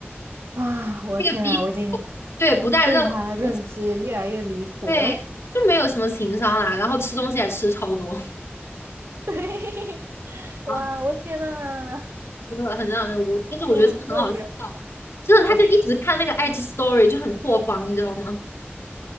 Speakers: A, on the right; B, on the left.
A: 哇，
B: <laughs>
A: 我的天啊，
B: 那个 B
A: 我已经
B: 对不带任何东西，
A: 对他认知越来越离谱了。
B: 对，就没有什么情商啦，然后吃东西还吃超多。
A: <laughs> 对，哇，
B: <laughs>
A: 我的天啊，
B: 真的很让人无语。但是我觉得真的很好笑，
A: 这种这种人真
B: 真的，
A: 好
B: 他就一直看那个 IG Story 就很破防，你知道吗？